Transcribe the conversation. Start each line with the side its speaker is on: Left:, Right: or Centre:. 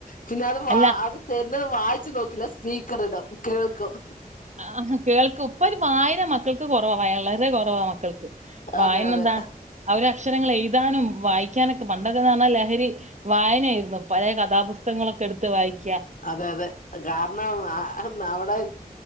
Left: പിന്നെ അത് വ
Right: അല്ല
Left: അത് തര വായിച്ചു നോക്കില്ല സ്പീക്കർ ഇടം കേൾക്കും
Right: ആ കേൾക്കും ഇപ്പൊ ഒരു വായന മ മക്കൾക്ക് കുറവ വളരെ കുറവാ മക്കൾക്ക്. വായന്ന
Left: അതെ അതെ
Right: എന്താ അവര അക്ഷരങ്ങൾ എഴുതാനും വായിക്കാനൊക്കെ പണ്ടക്കെന്നറഞ്ഞാ ലഹരി വായനയായിരുന്നു. പഴയ കഥാപുസ് പുസ്തങ്ങളൊക്കെ എടുത്ത് വായിക്ക.
Left: അതെ അതെ കാരണം അവിടെ